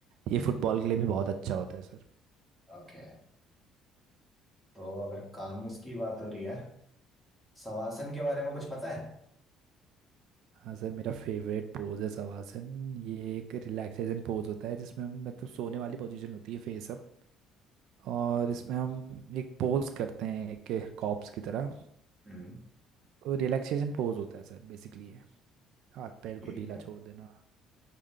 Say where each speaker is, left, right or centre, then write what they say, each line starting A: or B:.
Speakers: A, on the right; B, in the centre.
A: ये फुटबॉल के लिए भी बहुत अच्छा होता है सर
B: ओके तो अगर कामनेस की बात हो रही है शवासन के बारे में कुछ पता है
A: हाँ सर मेरा फेवरेट पोज है शवासन ये एक रिलैक्सेशन पोज होता है जिसमें हम मतलब सोने वाली पोजीशन होती है फेस अप और इसमें हम एक पोज करते हैं एक कॉप्स की तरह
B: हम्म
A: तो रिलैक्सेशन पोज होता है सर बेसिकली है हाथ पैर
B: ठीक
A: को ढीला
B: है
A: छोड़ देना